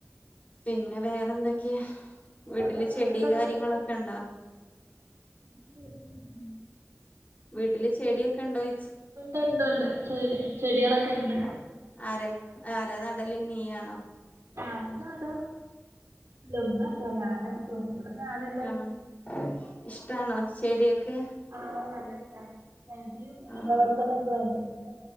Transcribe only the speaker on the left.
പിന്നെ വേറെ എന്തൊക്കെയ
വീട്ടില്
ചെടി കാര്യങ്ങളൊക്കെ
ഉണ്ടോ.
വീട്ടില് ചെടിയൊക്കെ ണ്ടൊയി
ആര ആര ആരാ നണ്ടല്ലേ നീ ആണോ.
ആഹ് ഇഷ്ടാണോ ചെടിയൊക്കെ
ആഹ്